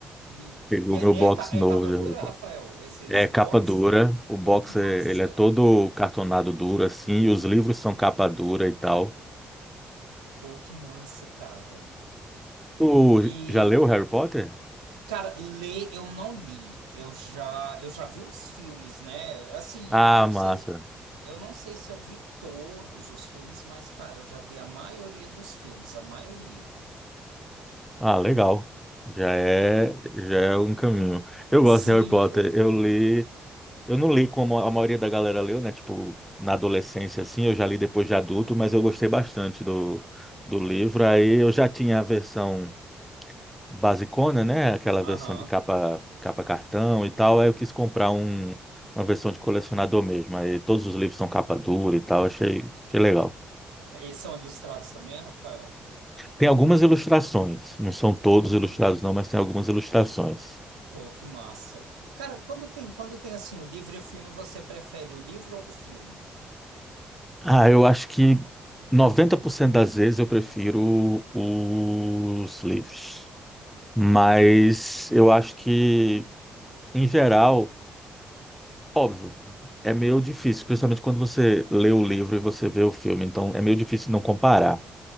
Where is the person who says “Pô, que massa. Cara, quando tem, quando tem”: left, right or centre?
Right